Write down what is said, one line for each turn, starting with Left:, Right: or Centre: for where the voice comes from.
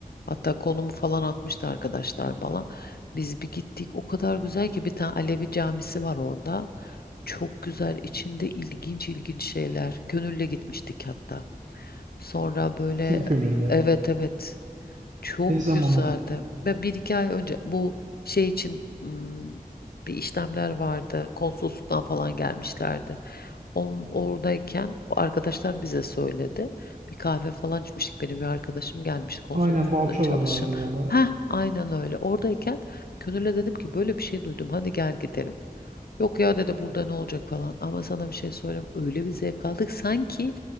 Left: Hatta konumu falan atmıştı arkadaşlar bana. Biz bir gittik. O kadar güzel ki bir tane Alevi camisi var orada. Çok güzel içinde ilginç ilginç şeyler. Gönülle gitmiştik hatta. Sonra böyle
Right: Bizim Könül'de.
Left: evet evet çok
Right: Ne zaman
Left: güzeldi.
Right: o?
Left: Ve bir iki ay önce bu şey için hmm, bir işlemler vardı. Konsolosluktan falan gelmişlerdi. On, oradayken o arkadaşlar bize söyledi. Bir kahve falan içmiştik. Benim bir arkadaşım gelmiş konsolosluğunda
Right: Aynen Balçova'daydı
Left: çalışan.
Right: o olay.
Left: Ha, aynen öyle. Oradayken Könül'e dedim ki böyle bir şey duydum. Hadi gel gidelim. Yok ya dedi burada ne olacak falan. Ama sana bir şey söyleyeyim. Öyle bir zevk aldık. Sanki